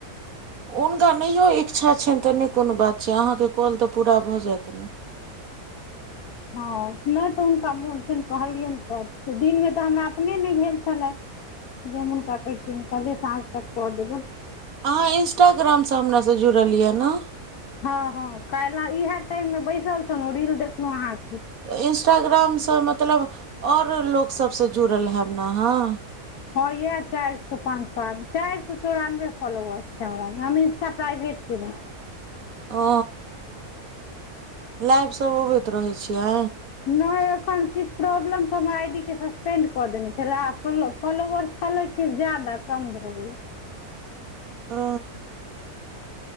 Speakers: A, on the right (about 70°); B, on the left (about 85°).
A: हुनका नहियो इच्छा छनि तऽ नय कोनो बात छै अहाँके कॉल तऽ पूरा भऽ जायत ने।
B: हँ नय तऽ हुनका मोन छनि कहलियनि तऽ दिनमे तऽ हमरा अपने नय भेल छलै। जे हम हुनका कहतियनि कहलियै साँझ तक कऽ देबनि
A: अहाँ इंस्टाग्राम सँ हमरा सँ जुड़लियैए ने
B: हँ हँ काल्हि इएह टाइम मे बैसल छलहुँ रील देखलहुँ अहाँके
A: तऽ इंस्टाग्राम सँ मतलब आओर लोक सभ सँ जुड़ल हेब ने अहाॅं
B: हँ येह चारि सौ, पाँच सौ चारि सए चौरानबे फालोवरस छै हमरा हम इन्स्टा प्राइभेट केने छी
A: ओ लाइब सब अबैत रहै छियै
B: नय एखन किछ प्रॉब्लम सँ हमर आ इ डी के सस्पेन्ड कऽ देने छलैए आ खुललो फॉलोवर छलै कि जादा कम भऽ गेलै
A: ओ